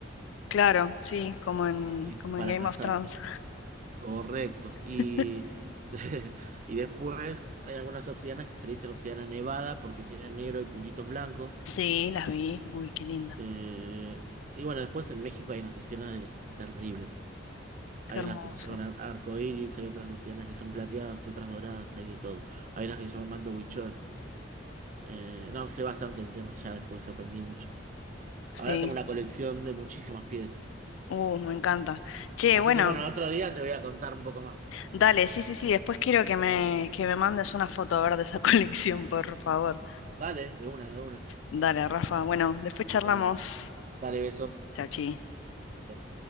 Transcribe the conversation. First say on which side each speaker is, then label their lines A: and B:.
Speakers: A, on the left; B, on the right.
A: claro, sí, como en,
B: y
A: como
B: para
A: en Game
B: cazar.
A: of Thrones.
B: Correcto. Y,
A: <laughs>
B: <laughs> y después hay algunas obsidianas que se le dicen obsidiana nevada porque tienen negro y puntitos blancos.
A: Sí, las vi. Uy, qué linda.
B: Eh, y bueno, después en México hay unas azucenas de- terribles.
A: Qué
B: Hay
A: hermoso.
B: unas que se llaman arcoíris, hay otras azucenas que son plateadas, otras doradas, hay de todo. Hay unas que se llaman manto huichol. Eh, no, sé bastante el tema, ya después aprendí mucho.
A: Sí.
B: Ahora tengo una colección de muchísimas piedras.
A: Uh, me encanta. Che,
B: Así
A: bueno,
B: que bueno, otro día te voy a contar un poco más.
A: dale, sí, sí, sí. Después quiero que me, que me mandes una foto a ver de esa <laughs> colección, por favor.
B: Dale, de una, de una.
A: Dale, Rafa. Bueno, después charlamos.
B: Dale, dale, besos.
A: Chau, chi.
B: Chau.